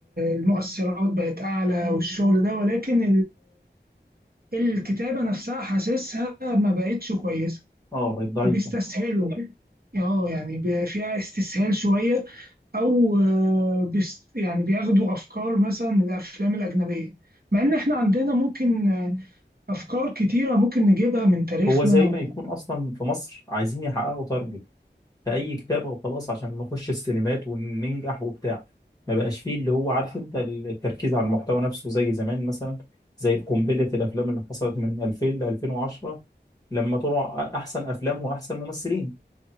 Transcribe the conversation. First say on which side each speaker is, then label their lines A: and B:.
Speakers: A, on the right; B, on the left.
A: المؤثرات بقت اعلى والشغل ده ولكن الكتابة نفسها حاسسها ما بقتش كويسة
B: اه بقت ضعيفه
A: بيستسهلوا اه يعني بي- فيها استسهال شوية أو آه، بيس يعني بياخدوا أفكار مثلا من الأفلام الأجنبية مع إن إحنا عندنا ممكن آه، أفكار كتيرة ممكن نجيبها من تاريخنا
B: هو زي
A: ومن
B: ما يكون اصلا في مصر عايزين يحققوا تارجت في اي كتاب او خلاص عشان نخش السينمات وننجح وبتاع ما بقاش فيه اللي هو عارف انت التركيز على المحتوى نفسه زي زمان مثلا زي قنبله الافلام اللي حصلت من 2000 ل 2010 لما طلع احسن افلام واحسن ممثلين